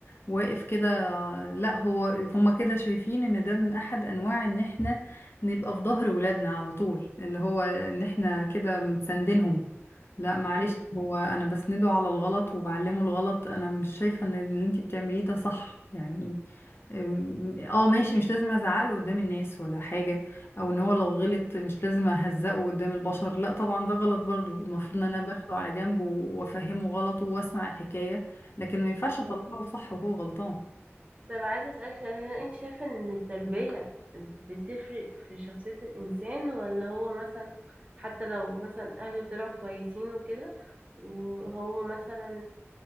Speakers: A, on the left; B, on the right.
A: واقف كده لا هو هما كده شايفين ان ده من احد انواع ان احنا نبقى في ظهر ولادنا على طول اللي هو ان احنا كده مساندينهم لا معلش
B: امم
A: هو انا بسنده على الغلط وبعلمه الغلط انا مش شايفة ان اللي انتي بتعمليه ده صح يعني أم، اه ماشي مش لازم ازعقله قدام الناس ولا حاجة او ان هو لو غلط مش لازم اهزقه قدام البشر لا طبعا ده غلط برضو المفروض ان انا باخده على جنب وافهمه غلطه واسمع الحكاية لكن ما ينفعش
B: بالظبط
A: اطلعه صح وهو غلطان
B: طب عايزة أسألك سؤال هل أنت شايفة إن التربية بتفرق في شخصية الإنسان ولا هو مثلا حتى لو مثلا أهله طلعوا كويسين وكده وهو مثلا